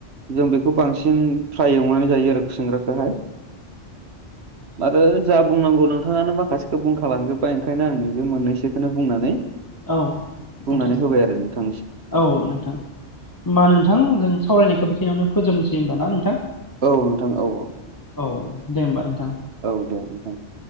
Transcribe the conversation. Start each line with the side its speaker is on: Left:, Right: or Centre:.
Right: जों बेखौ बांसिन फ्राय एवनानै जायो आरो खुसेंग्राखौहाय
Left: <inaudible>
Right: आरो जा बुंनांगौ नोंथाङानो माखासेखौ बुंखालांजोब्बाय ओंखायनो आं नैबे मोननैसोखौनो बुंनानै
Left: औ
Right: बुंनानै
Left: नोंथां
Right: होबाय आरो नोंथां
Left: औ नोंथां होमबा नोंथां जों सावरायनायखौ बेखिनियावनो फोजोबनोसै होनबा ना नोंथां।
Right: औ नोंथां औ औ
Left: औ दे होमबा नोंथां
Right: औ दे नोंथां। <inaudible>